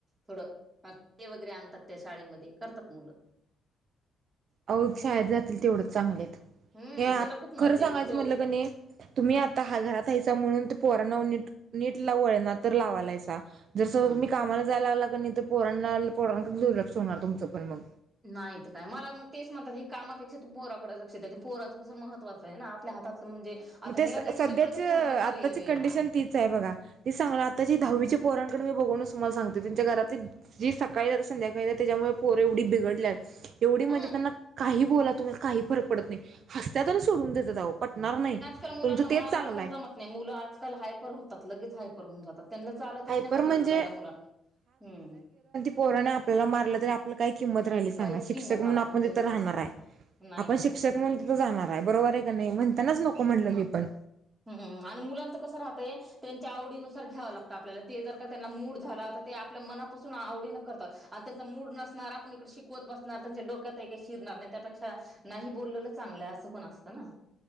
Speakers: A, on the right; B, on the right.
A: थोडं ते वगैरे आणतात त्या शाळेमध्ये करतात मुलं.
B: आओ शाळेत जातील तेवढंच चांगलेत,
A: हम्म
B: हे
A: त्याला खूप मजा
B: खरं सांगायचं
A: येते तो
B: म्हटलं कनी तुम्ही आता हा घरात हायसा म्हणून, ते पोरांना व नीट नीट ला वळण तर लावालायसा. जर समज
A: हम्म
B: तुम्ही कामाला जायला लागला कनी, तर पोरांना पोरांकड दुर्लक्ष होणार तुमचं पण मग.
A: नाही त काय? मला मग तेच म्हणतात हे, कामापेक्षा तू पोराकडे लक्ष दे आणि पोराचं कस महत्त्वाचं हाय ना आपल्या हातातल म्हणजे आता
B: म तेच
A: ह्याला नीट
B: सध्याच
A: शिकवलं तर पुढचं करिअर
B: आत्ताची
A: आहे
B: कंडिशन तीच हाय बघा. तेचं सांगणार आताची दहावीच्या पोरांकडे मी बघूनच तुम्हाला सांगते, त्यांच्या घरातील जी सकाळी जात्यात, संध्याकाळीे येत्यात त्याच्यामुळे पोर एवढी बिघडल्यात एवढी
A: हम्म
B: म्हणजे त्यांना काही बोला तुम्ही, काही फरक पडत नाही. हसत्यात आनी सोडून देत्यात आओ, पटणार नाही.
A: खर मुलांना
B: तुमचं
A: मारायला
B: तेच चांगलं
A: पण
B: आहे
A: जमत नाही. मुलं आजकाल हायपर होतात, लगेच हायपर होऊन जातात. त्यांना चालतच
B: हायपर
A: नाही हात
B: म्हणजे
A: उचलायला मुला हुं.
B: पोरानी आपल्याला मारलं तर, आपलं काय किंमत राहिली सांगा.
A: काहीच
B: शिक्षक
A: किंमत
B: म्हणुन
A: राहते
B: आपण
A: काहीच
B: तिथं राहणार
A: नाही
B: हाय.
A: नाही
B: आपण
A: नाही
B: शिक्षक
A: होत नाही
B: म्हनुन तीथ जाणार हाय, बरोबर हाय का नाही? म्हणतानाच नको म्हणलं मी पण.
A: हू हू आणि मुलांचं कसं राहतंय तेंच्या आवडीनुसार घ्यावं लागतं आपल्याला. ते जर का त्यांना मूड झाला तर, ते आपलं मनापासून आवडीनं करतात आणि त्यांचा मूड नसणारा आपण इकडे शिक वत बसणार, त्यांच्या डोक्यातही काही शिरणार नाही. त्यापेक्षा नाही बोललेलं चांगलं, आस पण असतं ना.